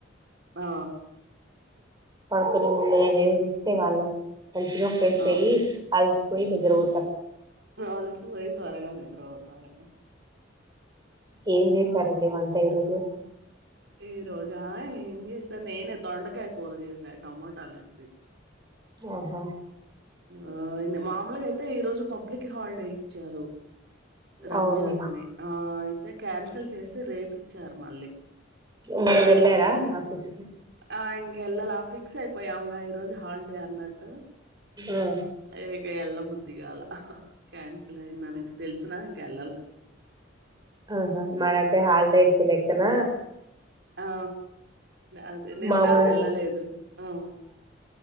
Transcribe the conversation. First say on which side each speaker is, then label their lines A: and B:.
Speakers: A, on the right (about 65°); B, on the right (about 20°).
A: ఆ
B: పడుకుొనే ముందుగా చేస్తే వాళ్ళు మంచిగా ఫ్రెష్
A: ఆ
B: అయ్య అలిసిపోయి నిద్రపోతాం
A: అలిసిపోయి త్వరగా నిద్ర పోతారు
B: ఏం చేసారండి వంట ట ఈరోజు
A: ఈ రోజా ఏం చేసా నేనే దొండకాయ కూర చేసా టొమోటాలు వేసి
B: ఆహా
A: ఆ మామూలుగా అయితే ఈ రోజు పబ్లిక్ హాలిడే ఇచ్చారు రంజాన్
B: అవును
A: అని ఆ అయితే కాన్సిల్ చేసి రేపు ఇచ్చారు మళ్ళీ
B: మీరు వెళ్ళారా ఆఫీస్కి
A: ఆ ఇంకెళ్లలా ఫిక్స్ అయిపోయంగా ఈ రోజు హాలిడే అన్నట్టు
B: ఆ
A: అరే కా వెల్ల బుద్ధి ద్దిగాల క్యాన్సిల్ అయిందనీ తెల్సి ఇంకా వెళ్ళాలా
B: ఆహా మరంటే హాలీడే ఇచ్చిన లెక్కన
A: అ అదే నిన్న
B: మామూలు
A: వెళ్ళలేదు ఆ